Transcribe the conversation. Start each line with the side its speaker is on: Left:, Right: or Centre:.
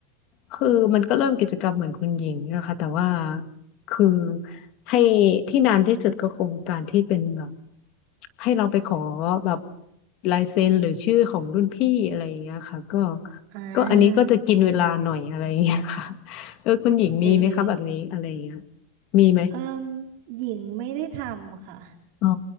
Left: คือมันก็เริ่มกิจกรรมเหมือนคุณหญิงนะคะแต่ว่าคือให้ที่นานที่สุดก็คงการที่เป็นแบบให้เราไปขอแบบลายเซ็นหรือชื่อของรุ่นพี่อะไรอย่างเงี้ยค่ะก็
Right: อ่
Left: ก็อันนี้ก็จะกินเวลาหน่อยอะไรอย่างเงี้ยค่ะ
Right: า
Left: <laughs> เออคุณหญิงมีไหมคะแบบนี้อะไรอย่างเงี้ย
Right: เออเออ
Left: มีไหม
Right: เอิ่มหญิงไม่ได้ทำค่ะ
Left: อ๋อ